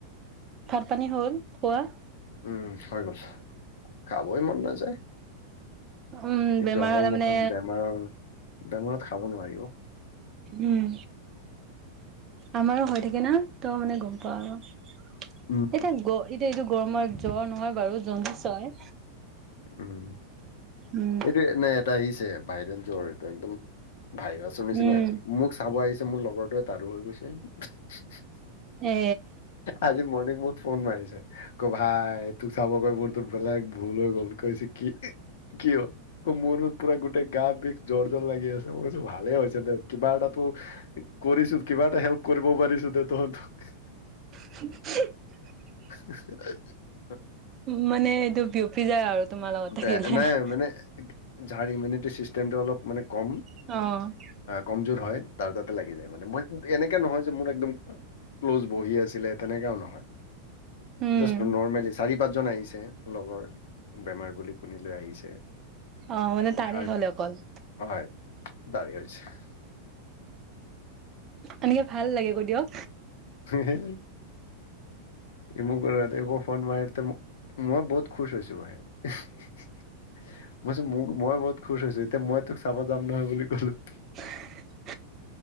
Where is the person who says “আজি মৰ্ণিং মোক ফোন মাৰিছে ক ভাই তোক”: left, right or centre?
Left